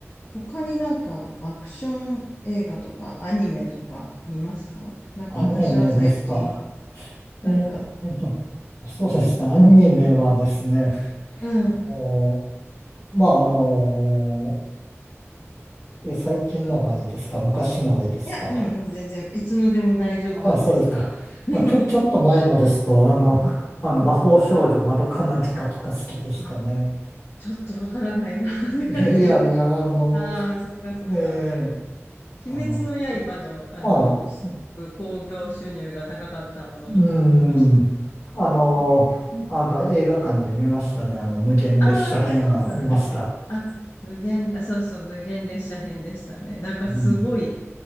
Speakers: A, on the left (about 55°); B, on the left (about 80°).
A: 他になんかアクション映画とかアニメとか見ますかなんか私は最近、
B: アニメですか。
A: なんか、
B: えええっと、そうですね、アニメはですね、
A: うん。
B: もうまあ、あのえ、最近のがいいですか昔のがいいですか
A: いや、うんうん、全然、いつのでも大丈夫なんですが。
B: <laughs> あ、そうですか。
A: <laughs>
B: まあ、ちょ、ちょっと前のですと、あの、<laughs> あの、魔法少女まどかマギカとか好きでしたね。
A: うん。あ、ちょっとわからないなって感じですね。
B: <laughs> えいや、いや、あの、
A: ああ、そっかそっか。
B: ええあの、
A: 鬼滅の刃の、あの、
B: あ、
A: すごく興行収入が高かったものとか見ましたか
B: うーん、あの、
A: 見てない。
B: あの、映画館で見ましたね。あの、無限列車編は見ました。
A: ああ、そうなんですか。あ、無限、あ、そうそう、無限列車編でしたね。なんかすごい
B: うん、